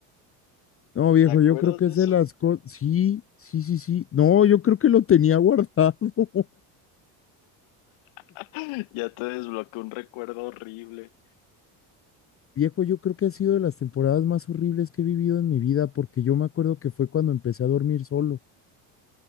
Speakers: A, on the left; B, on the left.
A: No, viejo,
B: ¿Te acuerdas
A: yo creo que
B: de
A: es
B: eso?
A: de las
B: <clears throat>
A: cosas. Sí, sí, sí, sí. No, yo creo que lo tenía guardado. <laughs>
B: <laughs> Ya te desbloqueó un recuerdo horrible.
A: Viejo, yo creo que ha sido de las temporadas más horribles que he vivido en mi vida, porque yo me acuerdo que fue cuando empecé a dormir solo.